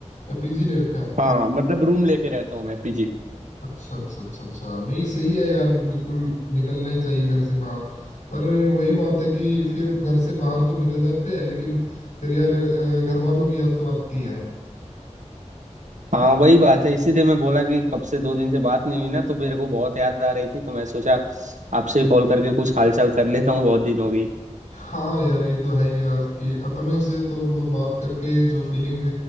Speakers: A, on the left; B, on the right.
A: पीजी ले रखा है
B: हाँ मतलब रूम लेके रहता हूँ मैं पीजी
A: अच्छा अच्छा अच्छा अच्छा नहीं सही है यार बिल्कुल निकलना ही चाहिए घर से बाहर पर वही बात है कि फिर घर से बाहर तो निकल जाते हैं लेकिन फिर यार अ, घर वालों की याद तो आती है
B: हाँ वही बात है इसीलिए मैं बोला कि कब से दो दिन से बात नहीं हुई ना तो मेरे को बहुत याद आ रही थी तो मैं सोचा आपसे ही कॉल करके कुछ हालचाल कर लेता हूँ बहुत दिन हो गई
A: हाँ हाँ यार ये तो है ही यार कि अपने से तो मतलब बात करके जो फीलिंग